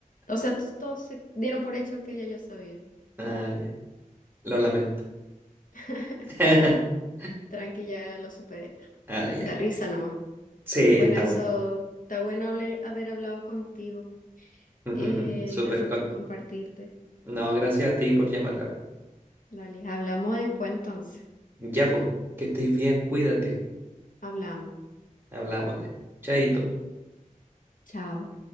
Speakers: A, on the left; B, on the right.
A: O sea, t- todos se dieron por hecho que ya yo sabía.
B: Ah, ya, Lo lamento.
A: <laughs>
B: <laughs>
A: Tranqui, ya lo superé. ya.
B: Ah, ya.
A: Da risa nomás.
B: Sí,
A: Bueno,
B: está
A: eso
B: bueno.
A: está bueno hable- haber hablado contigo.
B: <laughs> Ujujujú.
A: Eh,
B: Súper
A: gracias
B: con...
A: por compartirte.
B: No, gracias a ti por llamar, Gaby.
A: Dale, hablamos después entonces.
B: Ya, pues, que estés bien, cuídate.
A: Hablamos.
B: Hablámosle. Chaito.
A: Chao.